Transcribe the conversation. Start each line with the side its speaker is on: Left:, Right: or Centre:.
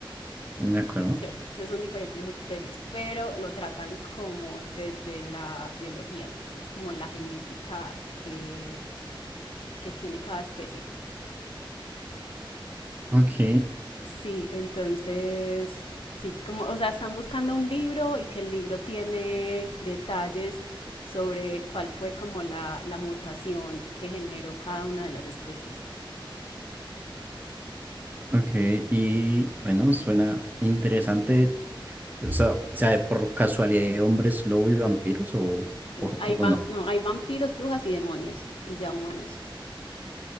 Right: De acuerdo.
Left: ¿cierto? Entonces son diferentes especies, pero lo tratan como desde la biología, entonces es como la genética que, que tiene cada especie.
Right: Ok,
Left: Sí, entonces, sí, como, o sea, están buscando un libro y que el libro tiene detalles sobre cuál fue como la, la mutación que generó cada una de las especies.
Right: ok. Y bueno, suena interesante. O sea, o sea, por casualidad, ¿hay ¿hombres lobo y vampiros o, o,
Left: Hay, va,
Right: o no?
Left: no, hay vampiros, brujas y demonios, y ya humanos,